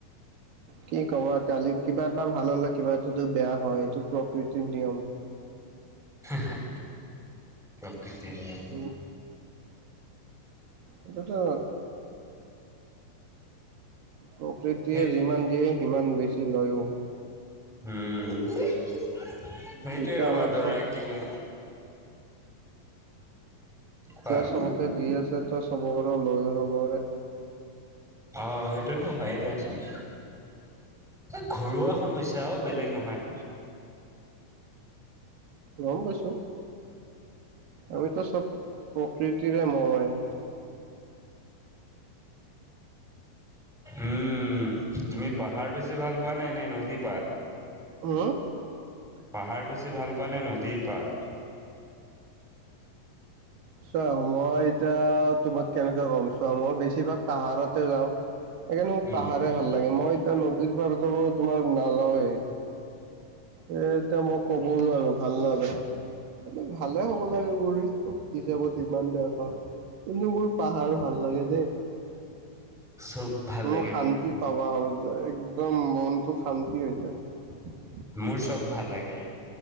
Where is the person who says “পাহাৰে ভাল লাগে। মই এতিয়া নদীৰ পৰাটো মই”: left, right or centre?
Right